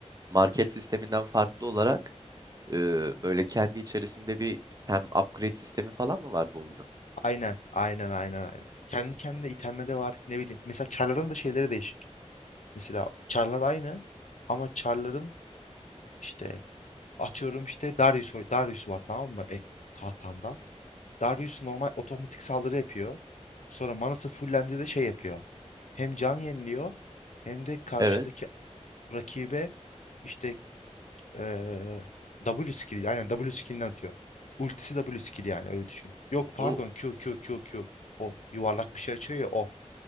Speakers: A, on the right (about 30°); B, on the left (about 80°).
A: market sisteminden farklı olarak e, böyle kendi içerisinde bir hem upgrade sistemi falan mı var bu oyunun?
B: aynen aynen aynen aynen. Kendi kendine itemleri de var ne bileyim. Mesela çarların da şeyleri değişik. Mesela çarlar aynı ama çarların işte atıyorum işte Darius, oy- Darius var tamam mı? Ek, tahtanda. Darius normal otomatik saldırı yapıyor. Sonra manası fullendi de şey yapıyor. Hem can yeniliyor hem de karşıdaki
A: Evet.
B: rakibe işte eee, W skill aynen W skill'ini atıyor. Ultisi W skill yani öyle düşün. Yok pardon
A: Bu
B: Q Q Q Q. O yuvarlak bir şey açıyor ya o.